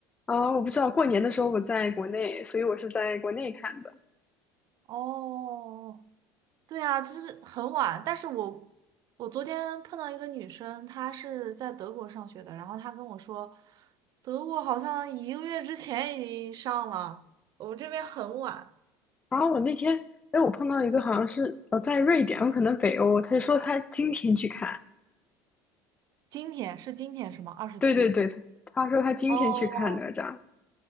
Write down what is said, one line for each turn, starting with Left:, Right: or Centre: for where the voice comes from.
Left: 我不知道，过年的时候我在国内，所以我是在国内看的。
Right: 哦，对啊，就是很晚。但是我我昨天碰到一个女生，她是在德国上学的，然后她跟我说，德国好像一个月之前已经上了，我们这边很晚。
Left: 啊，我那天，哎，我碰到一个好像是呃在瑞典，有可能北欧，他就说他今天去看。
Right: 今天是今天是吗？二十七。
Left: 对对对，他他说他今天去看哪吒。
Right: 哦，